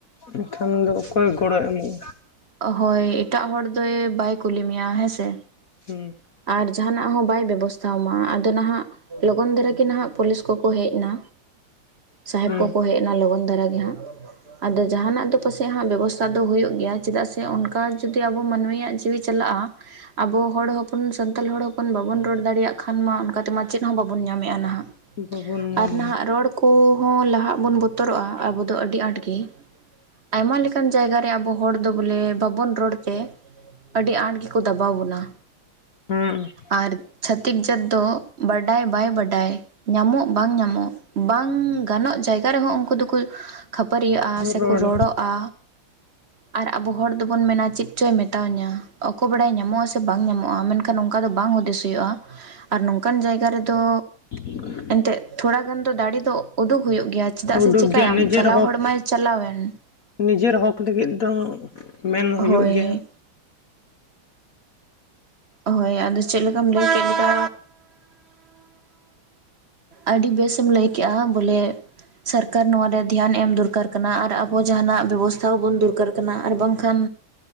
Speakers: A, on the left; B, on the right.
A: ᱮᱱᱠᱷᱟᱱ ᱫᱚ ᱚᱠᱚᱭ ᱜᱚᱲᱚᱭ ᱮᱢᱚᱜᱼᱟ?
B: ᱚᱦᱚᱭ ᱮᱴᱟᱜ ᱦᱚᱲ ᱫᱚᱭ ᱵᱟᱭ ᱠᱩᱞᱤ ᱢᱮᱭᱟ ᱦᱮᱸᱥᱮ᱾
A: ᱦᱩᱸ
B: ᱟᱨ ᱡᱟᱦᱟᱱᱟᱜ ᱦᱚᱸ ᱵᱟᱭ ᱵᱮᱵᱚᱥᱛᱷᱟ ᱣᱟᱢᱟ, ᱟᱫᱚ ᱱᱟᱦᱟᱜ ᱞᱚᱜᱚᱱ ᱫᱷᱟᱨᱟ ᱜᱤ ᱱᱟᱦᱟᱜ ᱯᱩᱞᱤᱥ ᱠᱚᱠᱚ ᱦᱮᱜ ᱱᱟ, ᱥᱟᱦᱮᱵᱽ
A: ᱦᱩᱸ
B: ᱠᱚᱠᱚ ᱦᱮᱡ ᱱᱟ ᱞᱚᱜᱚᱱ ᱫᱷᱟᱨᱟ ᱜᱮ ᱦᱟᱸᱜ᱾ ᱟᱫᱚ ᱡᱟᱦᱟᱱᱟᱜ ᱫᱚ ᱯᱟᱥᱮᱜ ᱵᱮᱵᱚᱥᱛᱷᱟ ᱫᱚ ᱦᱩᱭᱩᱜ ᱜᱮᱭᱟ, ᱪᱮᱫᱟᱜ ᱥᱮ ᱚᱱᱠᱟ ᱡᱩᱫᱤ ᱟᱵᱚ ᱢᱟᱱᱢᱤᱭᱟᱜ ᱪᱤᱣᱤ ᱪᱟᱞᱟᱜᱼᱟ᱾ ᱟᱵᱚ ᱦᱚᱲ ᱦᱚᱯᱚᱱ ᱥᱟᱱᱛᱟᱞ ᱦᱚᱲ ᱦᱚᱯᱚᱱ ᱵᱟᱵᱚᱱ ᱨᱚᱲ ᱫᱟᱲᱮᱭᱟᱜ ᱠᱷᱟᱱ ᱢᱟ ᱚᱱᱠᱟ ᱛᱮᱢᱟ ᱪᱮᱫ ᱦᱚᱸ ᱵᱟᱵᱚᱱ ᱧᱟᱢᱮᱜᱼᱟ ᱱᱟᱦᱟᱜ᱾
A: ᱦᱩᱸ ᱵᱟᱵᱚᱱ ᱧᱟᱢ
B: ᱟᱨ ᱱᱟᱦᱟᱜ ᱨᱚᱲ ᱠᱩ ᱦᱚᱸ ᱞᱟᱦᱟᱜ ᱵᱚᱱ ᱵᱚᱛᱚᱨᱚᱜᱼᱟ ᱟᱵᱚ ᱫᱚ ᱟᱹᱰᱤ ᱟᱸᱴ ᱜᱮ ᱜᱮ ᱟᱭᱢᱟ ᱞᱮᱠᱟᱱ ᱡᱟᱭᱜᱟ ᱨᱮ ᱟᱵᱚ ᱦᱚᱲ ᱫᱚ ᱵᱚᱞᱮ ᱵᱟᱵᱚᱱ ᱨᱚᱲ ᱛᱮ ᱟᱹᱰᱤ ᱟᱸᱴ ᱜᱮᱠᱚ ᱫᱟᱵᱟᱣ ᱵᱚᱱᱟ᱾
A: ᱟᱸ
B: ᱟᱨ ᱪᱷᱟᱹᱛᱤᱠ ᱡᱟᱹᱛ ᱫᱚ ᱵᱟᱰᱟᱭ ᱵᱟᱭ ᱵᱟᱰᱟᱭ ᱧᱟᱢᱚᱜ ᱵᱟᱝ ᱧᱟᱢᱚᱜ ᱵᱟᱝ ᱜᱟᱱᱚᱜ ᱡᱟᱭᱜᱟ ᱨᱮᱦᱚᱸ ᱩᱱᱠᱩ ᱫᱚᱠᱚ ᱠᱷᱟᱹᱯᱟᱹᱨᱤᱭᱟᱹᱜᱼᱟ ᱥᱮᱠᱚ
A: ᱨᱚᱲ
B: ᱨᱚᱲᱚᱜᱼᱟ᱾ ᱟᱨ ᱟᱵᱚ ᱦᱚᱲ ᱫᱚᱵᱚᱱ ᱢᱮᱱᱟ ᱪᱮᱫ ᱪᱚᱭ ᱢᱮᱛᱣᱟᱹᱧᱟ ᱚᱠᱚ ᱵᱟᱲᱟᱭ ᱧᱟᱢᱚᱜᱼᱟ ᱥᱮ ᱵᱟᱝ ᱧᱟᱢᱚᱜ ᱢᱚᱜᱼᱟ ᱢᱮᱱᱠᱷᱟᱱ ᱚᱝᱠᱟ ᱫᱚ ᱵᱟᱝ ᱦᱩᱫᱤᱥ ᱦᱩᱭᱩᱜᱼᱟ ᱟᱨ ᱱᱚᱝᱠᱟᱱ ᱡᱟᱭᱜᱟ ᱨᱮᱫᱚ
A: <inaudible>
B: ᱮᱱᱛᱮᱜ ᱛᱷᱚᱲᱟ ᱜᱟᱱ ᱫᱚ ᱫᱟᱲᱤ ᱫᱚ ᱩᱫᱩᱜ ᱦᱩᱭᱩᱜ ᱜᱮᱭᱟ᱾ ᱪᱮᱫᱟᱜ
A: ᱩᱰᱩᱠ
B: ᱥᱮ ᱪᱤᱠᱟᱭᱟᱢ
A: ᱜᱮᱭᱟ ᱱᱤᱡᱮᱨ
B: ᱪᱟᱞᱟᱣ
A: ᱦᱚᱸᱠ
B: ᱦᱚᱲ ᱢᱟᱭ ᱪᱟᱞᱟᱣᱮᱱ᱾
A: ᱱᱤᱡᱮᱨ ᱦᱚᱠ ᱞᱟᱹᱜᱤᱫ ᱫᱚ ᱢᱮᱱ ᱦᱩᱭᱩᱜ
B: ᱦᱳᱭ
A: ᱜᱮᱭᱟ᱾
B: ᱦᱳᱭ ᱟᱫᱚ ᱪᱮᱜ ᱞᱮᱠᱟᱢ ᱞᱟᱹᱭ ᱠᱮᱫ ᱞᱮᱠᱟ ᱟᱹᱰᱤ ᱵᱮᱥ ᱮᱢ ᱞᱟᱹᱭ ᱠᱮᱜᱼᱟ, ᱵᱚᱞᱮ ᱥᱟᱨᱠᱟᱨ ᱱᱚᱣᱟ ᱨᱮ ᱫᱷᱮᱭᱟᱱ ᱮᱢ ᱫᱚᱨᱠᱟᱨ ᱠᱟᱱᱟ ᱟᱨ ᱟᱵᱚ ᱡᱟᱦᱟᱱᱟᱜ ᱵᱮᱵᱚᱥᱛᱷᱟ ᱦᱚᱸ ᱵᱚᱱ ᱫᱚᱨᱠᱟᱨ ᱠᱟᱱᱟ ᱟᱨ ᱵᱟᱝᱠᱷᱟᱱ